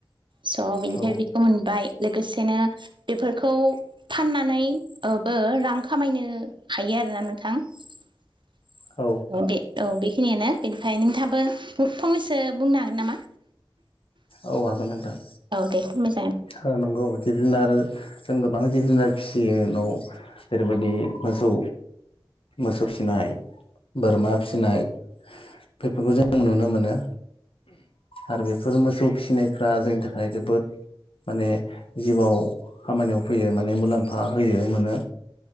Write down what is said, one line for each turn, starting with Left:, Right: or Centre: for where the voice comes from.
Right: स' बिनिफ्राय
Left: औ
Right: बेखौ मोनबाय लोगोसेनो बेफोरखौ फाननानैबो रां खामायनो हायो आरोना नोंथां <unintelligible>
Left: औ
Right: औ बेखिनियानो बेनिफ्राय नोंथाङाबो फंनैसो बुंनो हागोन नामा?
Left: औ हागोन नोंथां।
Right: औ दे मोजां
Left: ओ नंगौ जिब जुनार जों गोबां जिब जुनार फिसियो न'आव जेरैबायदि मोसौ मोसौ फिनाय बोरमा फिनाय बेफोरखौ जों नुनो मोनो आरो बेफोर मोसौ फिनायफ्रा जोंनि थाखाय जोबोद माने जिउआव खामानियाव फैयो माने मुलाम्फा होयो मोनो